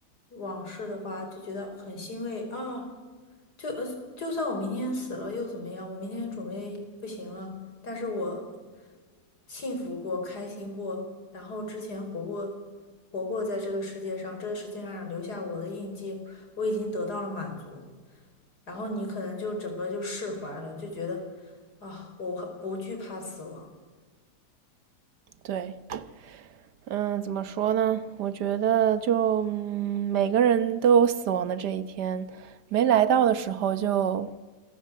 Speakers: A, on the left; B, on the right.
A: 往事的话，就觉得很欣慰啊。就呃就算我明天死了又怎么样？我明天准备不行了，但是我幸福过、开心过，然后之前活过、活过在这个世界上，这个世界上留下我的印记，我已经得到了满足。然后你可能就整个就释怀了，就觉得啊，我不惧怕死亡。
B: 对，嗯，怎么说呢？我觉得就，嗯，每个人都有死亡的这一天，没来到的时候就